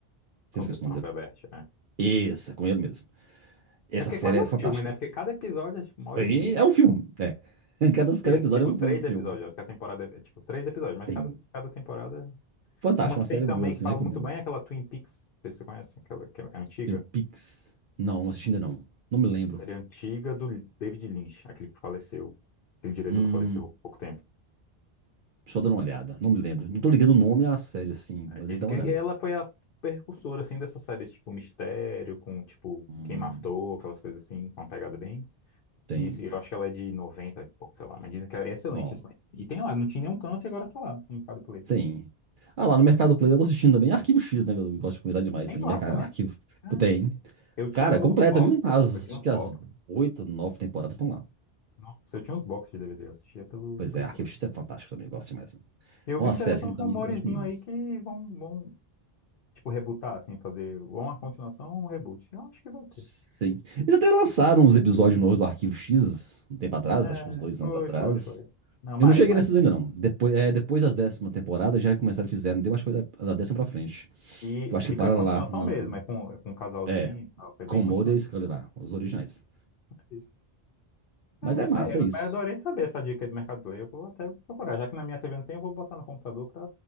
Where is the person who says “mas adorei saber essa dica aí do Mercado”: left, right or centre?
Left